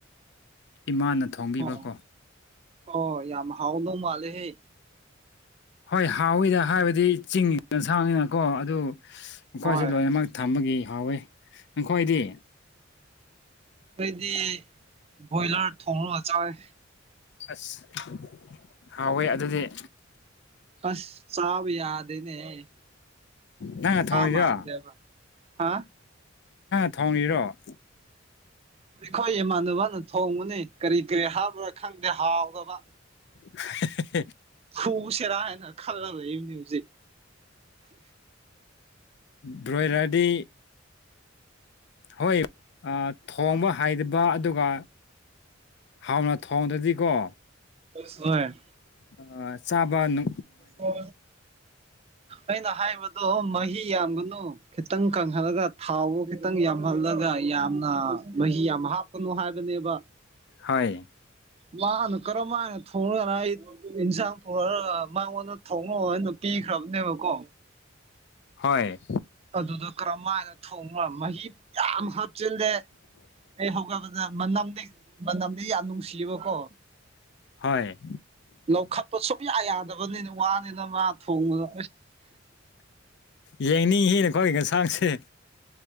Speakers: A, on the left; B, on the right.
A: ꯏꯃꯥꯅ ꯊꯣꯡꯕꯤꯕꯀꯣ
B: ꯑꯣ ꯑꯣ ꯌꯥꯝ ꯍꯥꯎꯗꯣ ꯃꯥꯂꯦꯍꯦ
A: ꯍꯣꯏ ꯍꯥꯎꯋꯤꯗ ꯍꯥꯏꯕꯗꯤ ꯆꯤꯡꯣꯟꯁꯥꯡꯅꯤꯅꯀꯣ ꯑꯗꯨ ꯑꯩꯣꯏꯁꯨ
B: ꯍꯣꯏ
A: ꯂꯣꯏꯅꯃꯛ ꯊꯝꯕꯒꯤ ꯍꯥꯎꯋꯤ ꯅꯈꯣꯏꯗꯤ
B: ꯎꯝꯗꯤ ꯣꯏꯖ ꯊꯧꯂ ꯑꯆꯣꯏ
A: ꯑꯁ ꯍꯥꯎꯋꯦ ꯑꯗꯨꯗꯤ
B: ꯑꯁ ꯆꯥꯕ ꯌꯥꯗ ꯅꯦ
A: ꯅꯪꯅ ꯊꯣꯡꯉꯤꯔꯣ
B: ꯃꯥꯗꯦꯕ ꯍꯥ
A: ꯊꯥꯎꯅꯤꯔꯣ
B: ꯑꯩꯈꯣꯏ ꯏꯃꯥꯟꯅꯕꯅ ꯊꯣꯡꯕꯅꯤ ꯀꯔꯤ ꯀꯔꯤ ꯍꯥꯞꯕ꯭ꯔꯥ ꯈꯪꯗꯦ ꯍꯥꯎꯗꯕ
A: <unintelligible>
B: ꯍꯁꯦꯔꯥ ꯍꯥꯏꯅ ꯈꯜꯂꯝ ꯂꯩ ꯏꯅꯤ ꯍꯧꯖꯤꯩ
A: ꯕ꯭ꯔꯣꯌꯔꯥꯗꯤ ꯍꯣꯏ ꯊꯣꯡꯝꯕ ꯍꯥꯏꯗ꯭ꯔ ꯑꯗꯨꯒ ꯍꯥꯎꯅ ꯊꯣꯡꯗ꯭ꯔꯗꯤꯀꯣ
B: ꯑ
A: ꯑ ꯆꯥꯕꯅ
B: ꯍ ꯑꯩꯅ ꯍꯥꯏꯕꯗ ꯑꯗꯣ ꯃꯍꯤ ꯌꯥꯝꯒꯅꯨ ꯈꯤꯇꯪ ꯀꯪꯍꯜꯂꯒ ꯊꯥꯎꯕꯨ ꯈꯤꯇꯪ ꯌꯥꯝ ꯐꯍꯜꯂꯒ ꯌꯥꯝꯅ ꯃꯍꯤ ꯌꯥꯝ ꯍꯥꯞꯀꯅꯨ ꯍꯥꯏꯕꯅꯦꯕ
A: ꯍꯣꯏ
B: ꯃꯥꯅꯣ ꯀꯔꯝ ꯃꯅꯣ ꯊꯣꯡꯉꯒꯅ ꯑꯩ ꯏꯟꯁꯥꯡ ꯄꯨꯔꯒ ꯃꯉꯣꯟꯗ ꯊꯣꯡꯉꯣ ꯍꯥꯏꯅ ꯇ ꯈ꯭ꯔꯕꯅꯦꯕꯀꯣ
A: ꯍꯣꯏ
B: ꯑꯗꯨꯗ ꯀꯔꯝꯃꯥꯏꯅ ꯊꯣꯡꯕ ꯃꯍꯤ ꯌꯥꯝ ꯆꯆꯤꯜꯂꯦ ꯑꯩ ꯍꯧꯒꯠꯄꯗ ꯃꯅꯝꯗꯤ ꯃꯅꯝꯗꯤ ꯌꯥꯝ ꯅꯨꯡꯁꯤꯌꯦꯕꯀꯣ
A: ꯍꯣꯏ
B: ꯂꯧꯈꯠꯄ ꯁꯨꯡꯌꯥ ꯌꯥꯗꯕꯅꯤꯅ ꯋꯥꯅꯤꯅ ꯃꯥ ꯊꯣꯡꯕꯗ
A: ꯌꯦꯡꯅꯤꯡꯉꯅ ꯈꯣꯒꯤ ꯀꯟꯁꯥꯡꯁꯦ